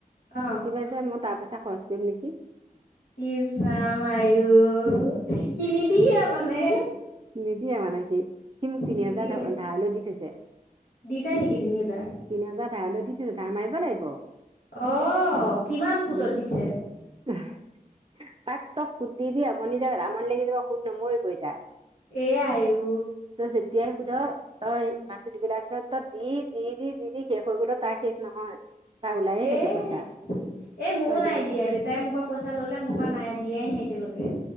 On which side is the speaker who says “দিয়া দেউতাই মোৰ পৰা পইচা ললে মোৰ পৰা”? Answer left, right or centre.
Left